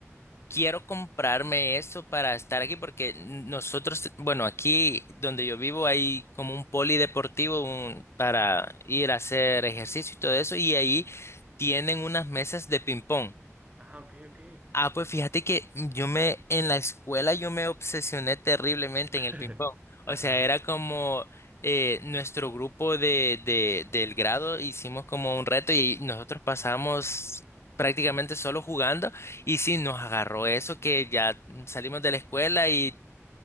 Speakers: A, on the left; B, on the right.
A: quiero comprarme eso para estar aquí porque nosotros, bueno, aquí donde yo vivo hay como un polideportivo un- para ir a hacer ejercicio y todo eso y ahí tienen unas mesas de ping pong.
B: Ah, ok, ok.
A: Ah, pues fíjate que yo me, en la escuela yo me obsesioné terriblemente
B: <laughs>
A: en el ping pong.
B: Ajá,
A: O sea, era como eh, nuestro grupo de, de, del grado hicimos como un reto y nosotros pasamos prácticamente solo jugando. Y sí, nos agarró eso que ya salimos de la escuela y